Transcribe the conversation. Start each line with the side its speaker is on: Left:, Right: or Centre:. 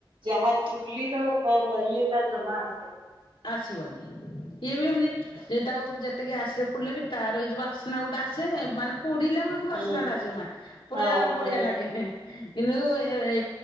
Right: ଯାହା ଚୁଲିର ବଏ ତା ଜମା ଆସେନି।
Left: ଆସିବନି ଇଏ ବି ଏମିତି ତାକୁ ଯେତେ ଗ୍ୟାସରେ ପୁଡିଲେ ବି ତାର ଏଇ ଯୋଉ ବାସ୍ନା ଗୁଟେ ଆସେ ମାନେ ପୁଡିଲା ବେଳକୁ କୁ
Right: ହୁଁ
Left: ବାସ୍ନା ଟା ଆସିବ ମା
Right: ହଁ
Left: ପୁରା ବଢିଆ
Right: ହଁ
Left: ଲାଗେ। କିନ୍ତୁ ଏ